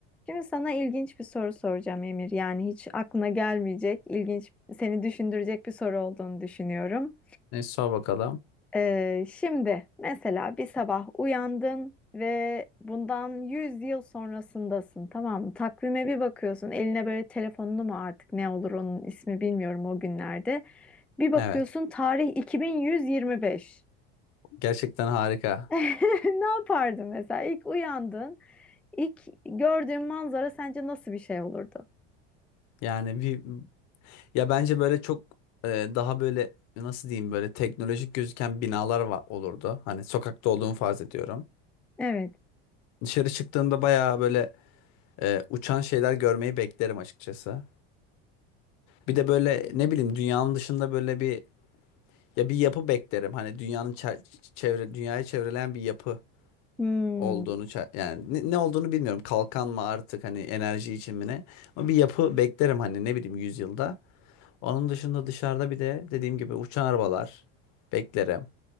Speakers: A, in the centre; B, on the left.
A: Şimdi sana ilginç bir soru soracağım Emir. Yani hiç aklına gelmeyecek, ilginç, seni düşündürecek bir soru olduğunu düşünüyorum.
B: E, sor bakalım.
A: Ee, şimdi mesela bir sabah uyandın ve bundan 100 yıl sonrasındasın, tamam mı? Takvime bir bakıyorsun, eline böyle telefonunu mu artık ne olur onun ismi bilmiyorum o günlerde. Bir bakıyorsun
B: Evet.
A: tarih 2125.
B: Gerçekten harika.
A: <laughs> Ne yapardın mesela? İlk uyandın, ilk gördüğün manzara sence nasıl bir şey olurdu?
B: Yani bir ya bence böyle çok e, daha böyle nasıl diyeyim böyle teknolojik gözüken binalar var olurdu. Hani sokakta olduğumu farz ediyorum.
A: Evet.
B: Dışarı çıktığımda bayağı böyle e, uçan şeyler görmeyi beklerim açıkçası. Bir de böyle ne bileyim dünyanın dışında böyle bir ya bir yapı beklerim. Hani dünyanın çer- çevre dünyayı çevreleyen bir yapı.
A: Hmm,
B: olduğunu ça- yani ne, ne olduğunu bilmiyorum. Kalkan mı artık hani enerji için mi ne? Ama bir yapı beklerim hani ne bileyim yüzyılda. Onun dışında dışarıda bir de dediğim gibi uçan arabalar beklerim.